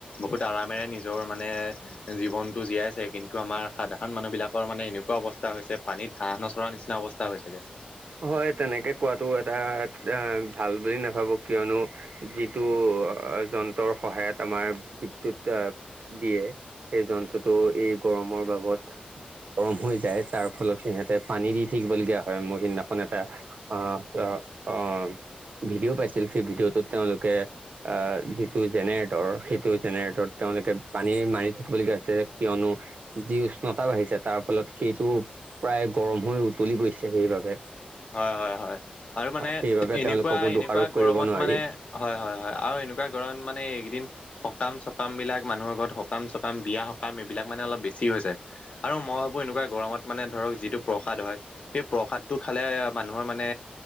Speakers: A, on the left; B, on the right.
A: বহুত আৰামেৰে নিজৰ মানে জীৱনতটো জীয়াই আছে কিন্তু আমাৰ সাধাৰণ মানুহ বিলাকৰ মানে এনেকো ৱা অৱস্থা হৈছে পানীত হাঁহ নচৰা নিচিনা অৱস্থা হৈছোগে
B: হয় তেনেকে কোৱাটো এটা এ ভাল বুলি নাভাবো কিয়নো যিটো যন্ত্ৰৰ সহায়ত আমাৰ বিদ্যুত দিয়ে সেই যন্ত্ৰটো গৰমৰ বাবত গৰম হৈ যায় তাৰ ফলত সিহঁতে পানী দি থাকিবলগীয়া হয় মই সিদিনা এখন এটা আহ অ ভিডিঅ' পাইছিল সেই ভিডিঅ'টোত তেওঁলোকে যিটো জেনেৰেটৰ সেইটো জেনেৰেটৰ তেওঁলোকে পানী মাৰি থাকিবলগীয়া হৈছে কিয়নো যি উষ্ণতা বাঢ়িছে তাৰ ফলত সেইটো প্ৰায় গৰম হৈ উতলি গৈছে সেইবাবে
A: হয় হয় হয় আৰু মানে
B: সেইবাবে
A: এনেকোৱা
B: তেওঁলোককো দোষাৰোপ
A: এনেকোৱা
B: কৰিব
A: গৰমত
B: নোৱাৰি
A: মানে হয় হয় হয় আৰু এনেকোৱা গৰমত মানে এইকেইদিন সকাম চকামবিলাক মানুহৰ ঘৰত সকাম চকাম বিয়া সকাম এইবিলাক মানে অলপ বেছি হৈছে আৰু মই ভাবো এনেকোৱা গৰমত মানে ধৰক যিটো প্ৰসাদ হয় সেই প্ৰসাদটো খালে মানুহৰ মানে